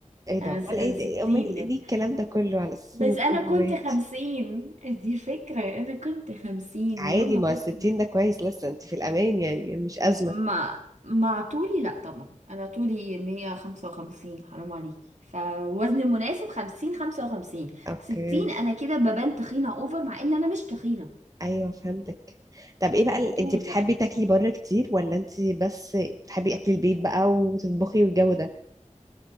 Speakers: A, on the right; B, on the right.
A: ايه ده
B: انا
A: امال
B: س-
A: ايه ده؟
B: ستين
A: امال إيه- ليه الكلام ده كله على اساس
B: بس
A: انك
B: انا
A: اوفر
B: كنت
A: ويت
B: خمسين دي الفكرة انا كنت خمسين
A: عادي
B: ويوم ما
A: ما
B: كنت
A: هو 60 ده كويس لسه انت في الامان يعني مش ازمه
B: مع مع طولي لا طبعا انا طولي مية خمسة وخمسين حرام عليكي فوزن مناسب خمسين خمسة وخمسين
A: اوكي
B: ستين انا كده ببان تخينة اوفر مع ان انا مش تخينة
A: ايوه فهمتك طب ايه بقى
B: الطول
A: ال... انت بتحبي
B: بقى
A: تاكلي بره كتير ولا انت بس بتحبي اكل البيت بقى وتطبخي والجو ده